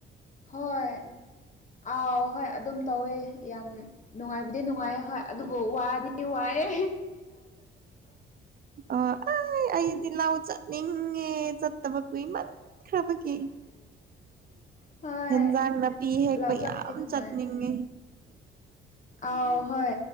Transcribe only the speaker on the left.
ꯍꯣꯏ ꯑꯥꯎ ꯍꯣꯏ ꯑꯗꯨꯝ ꯇꯧꯋꯦ ꯌꯥꯝ ꯅꯨꯡꯉꯥꯏꯕꯗꯤ ꯅꯨꯡꯉꯥꯏꯌꯦ ꯍꯣꯏ ꯑꯗꯨꯕꯨ ꯋꯥꯗꯤ ꯋꯥꯏꯌꯦ
ꯍꯣꯏ
ꯂꯥꯎ ꯆꯠꯄꯗꯤ
ꯅꯨꯡꯉꯥꯏ
ꯎꯝ ꯑꯥꯎ ꯍꯣꯏ